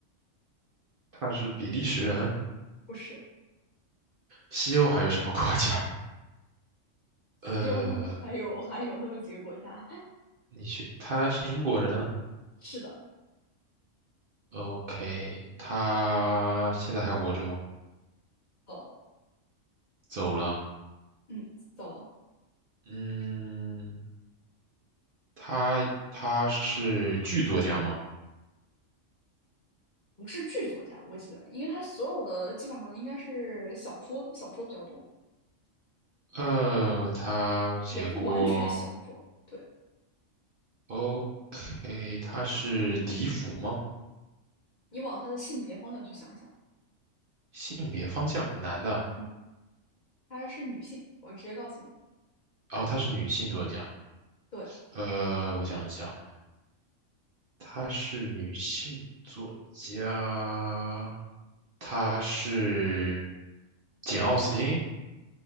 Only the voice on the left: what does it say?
不是，
就 <laughs> 还有还有那么几个国家，
<laughs> 是的，
走了，
嗯，走了，
不是剧作家，我记得，因为他所有的基本上应该是小说，小说比较多，
也不完全小说。对。
你往她的性别方向去想一想，
嗯，她是女性，我直接告诉你，
对，